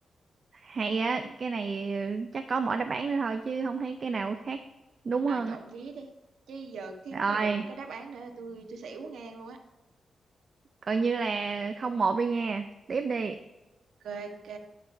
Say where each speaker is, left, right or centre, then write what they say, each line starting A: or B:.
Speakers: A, on the right (about 35°); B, on the right (about 85°).
A: hay á cái này chắc có mỗi đáp án nữa thôi chứ không thấy cái nào khác đúng
B: à,
A: hơn
B: trộn
A: á
B: vía đi chứ giờ kiếm
A: rồi
B: ra được một cái đáp án nữa là tôi tôi xỉu ngang luôn á
A: coi như là không một đi nha tiếp đi
B: ok ok